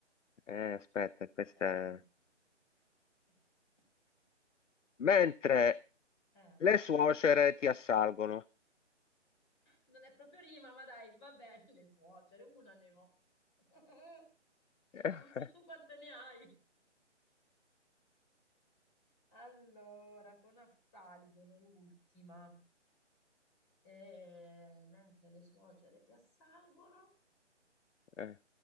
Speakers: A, on the left (about 85°); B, on the left (about 25°).
A: eh, aspetta, questa
B: Eh,
A: è...
B: lo so. <laughs>
A: Mentre
B: Eh.
A: le suocere ti assalgono.
B: Non è proprio rima, ma dai, va bene, le suocere, una ne ho. <laughs>
A: <laughs> Eh,
B: Non so
A: eh,
B: tu quante ne hai. Allora, con assalgono l'ultima. Eh, mentre le suocere ti assalgono,
A: eh.